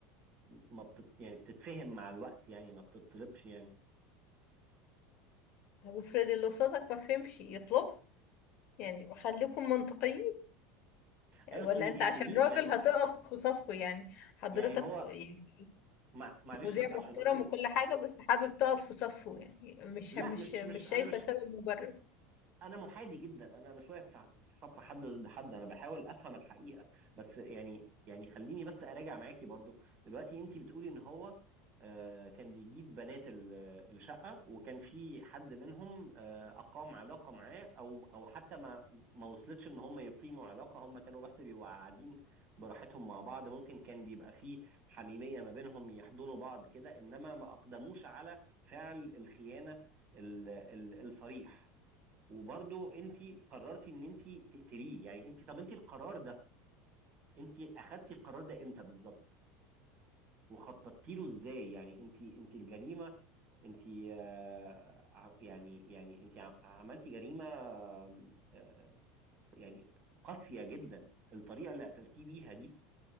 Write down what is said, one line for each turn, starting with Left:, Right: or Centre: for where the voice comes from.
Right: ما بتت... يعني بتتفهم مع الوقت يعني ما بتطلبش يعني
Left: طب افرض اللي قصادك ما فهمش يطلبها يعني خليكم منطقيين
Right: ايوه
Left: ولا
Right: تقومي
Left: انت
Right: تقتليه
Left: عشان راجل
Right: يعني
Left: هتقف في صفه يعني حضرتك
Right: يعني هو
Left: يعني
Right: مع... معلش
Left: مذيع
Right: بس عشان
Left: محترم
Right: بس
Left: وكل حاجة بس حابب تقف في صفه يعني مش
Right: لا
Left: مش
Right: مش
Left: مش
Right: مش
Left: شايفة
Right: انا مش
Left: سبب مبرر
Right: انا محايد جدا انا مش واقف في صف حد ضد حد انا بحاول افهم الحقيقه بس يعني يعني خليني بس اراجع معاكي برضو دلوقتي انت بتقولي ان هو آه، كان بيجيب بنات ال- الشقه وكان في حد منهم آه، اقام علاقه معاه او او حتى ما ما وصلتش ان هم يقيموا علاقه هم كانوا بس بيبقوا قاعدين براحتهم مع بعض ممكن كان بيبقى فيه حميميه ما بينهم يحضنوا بعض كده انما ما اقدموش على فعل الخيانه ال- ال- الصريح وبرضه انت قررتي ان انت تقتليه يعني انت طب انت القرار ده انت اخدتي القرار ده امتى بالظبط وخططتي له ازاي يعني انت انت الجريمه انت آه، ع- يعني يعني انت ع- عملتي جريمه آه، آه، يعني قاسيه جدا الطريقه اللي قتلتيه بيها دي